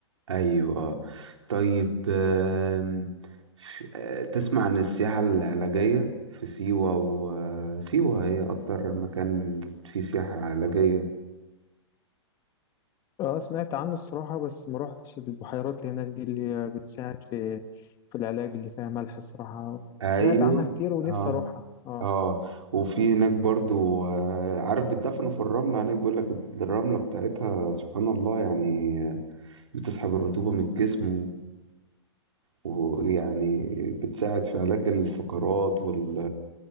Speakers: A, on the right; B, on the left.
A: ايوه آه. طيب آم، ف- آه، تسمع عن السياحة العلاجية في سيوة وسيوة هي اكتر مكان فيه سياحة علاجية
B: اه سمعت عنه الصراحة بس ما روحتش البحيرات اللي هناك دي اللي بتساعد في في العلاج اللي فيها ملح الصراحة
A: ايوه
B: سمعت عنها كتير ونفسي
A: اه
B: أروحها اه
A: اه وفي هناك برضو آه، عارف بتدفنوا في الرملة هناك بيقول لك الرملة بتاعتها سبحان الله يعني بتسحب الرطوبة من الجسم ويعني بتساعد في علاج الفقرات وال